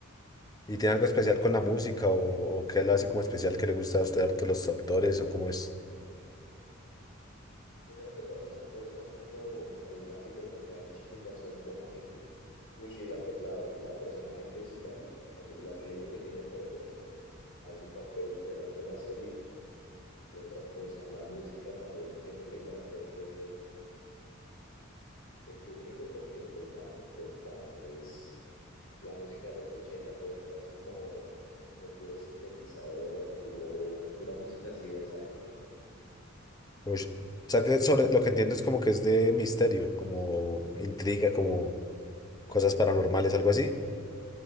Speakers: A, on the left (about 20°); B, on the left (about 75°).
A: ¿Y tiene algo especial con la música o, o qué lo hace como especial que le gusta a usted harto los actores o cómo es?
B: Primero que todos los actores son como carismáticos, me caen chimba, son buena gente. Uy, y la, la, la personaje principal, la que, la que le digo que tiene poderes, hace un papel tremendo en la serie. ¿Qué otra cosa? La música también siento que le da un toque, un toque único porque pues, ma- pues pa, es la música de los 80 entonces es así como, como puro sintetizador, puro, pura música así de esa época.
A: Ush. O sea, que sobre lo que entiendo es como que es de misterio, como intriga, como cosas paranormales, algo así.